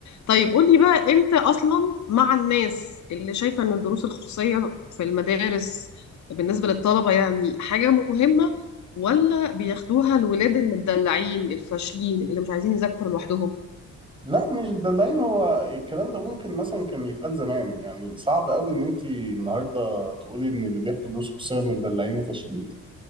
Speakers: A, on the left; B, on the right.
A: طيب قولي بقى امتى اصلا مع الناس اللي شايفه ان الدروس الخصوصيه في المدارس بالنسبه للطلبه يعني حاجه مهمه ولا بياخدوها الولاد المدلعين الفاشلين اللي مش عايزين يذاكروا لوحدهم
B: لا مش دلعين هو الكلام ده ممكن مثلا كان يتقال زمان يعني صعب قوي ان انت النهارده تقولي ان اللي بياخدوا دروس خصوصيه متدلعين وفاشلين